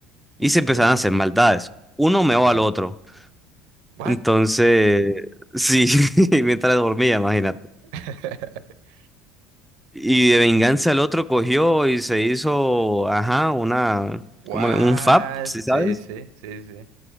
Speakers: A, in the centre; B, on the right (about 75°).
A: y
B: ok.
A: se empezaron a hacer maldades. Uno meó
B: Ujú.
A: al otro.
B: What?
A: Entonces, sí, <laughs> mientras dormía, imagínate.
B: <laughs>
A: Y de venganza el otro cogió y se hizo, ajá, una,
B: What?
A: como un fab, ¿sí sabes?
B: Sí, sí, sí, sí.